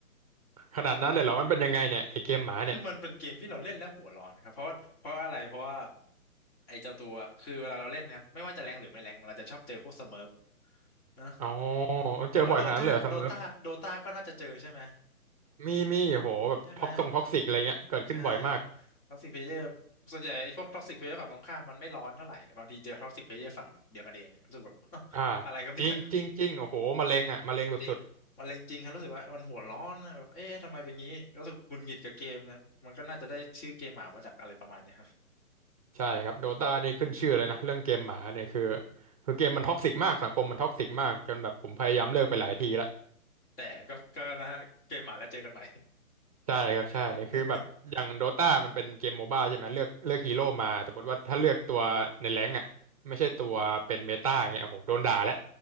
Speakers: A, on the right (about 25°); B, on the left (about 35°).
A: ขนาดนั้นเลยเหรอมันเป็นยังไงเนี่ยไอเกมหมาเนี่ย
B: คือมันเป็นเกมที่เราเล่นแล้วหัวร้อนครับเพราะว่าเพราะอะไรเพราะว่าไอ้เจ้าตัวคือเวลาเราเล่นนะครับไม่ว่าจะแรงหรือไม่แรงเราจะชอบเจอพวกสเมิร์ฟนะ
A: อ๋อ
B: อืมผมว่าโดตาโดตาโดตาก็น่าจะเจอใช่ไหม
A: เจอบ่อยขนาดนั้นเลยเหรอซัมเมอร์มีมีโหแบบท็อกซงท็อกซิกอะไรเงี้ยเกิดขึ้นบ่อยมาก
B: ใช่ไหมใช่ท็อกซิกเพลเยอร์ส่วนใหญ่ไอ้พวกท็อกซิกเพลเยอร์ฝั่งตรงข้ามมันไม่ร้อนเท่าไหร่บางทีเจอท็อกซิกเพลเยอร์ฝั่งเดียวกันเองเนี่ยรู้สึกแบบ <laughs>
A: อ่า
B: อะไรครับเนี่ย
A: จริงจริงจริงโอ้โหมะเร็งอ่ะมะเร็งสุดๆ
B: จริงมะเร็งจริงครับรู้สึกว่ามันหัวร้อนนะแบบเอ๊ะทำไมเป็นงี้รู้สึกหงุดหงิดกับเกมนะมันก็น่าจะได้ชื่อเกมหมามาจากอะไรประมาณเนี้ยครับ
A: ใช่ครับโดตานี่ขึ้นชื่อเลยนะเรื่องเกมหมาเนี่ยคือคือเกมมันท็อกซิกมากสังคมมันท็อกซิกมากจนแบบผมพยายามเลิกไปหลายทีละ
B: แต่ก็ก็นะฮะเกมหมาแล้วเจอกันใหม่
A: ใช่ครับใช่คือแบบอย่างโดตามันเป็นเกมโมบ้าใช่ไหมเลือกเลือกฮีโร่มาสมมติว่าถ้าเลือกตัวในแรงค์อ่ะไม่ใช่ตัวเป็นเมตาเงี้ยโอ้โหโดนด่าแล้ว
B: <laughs>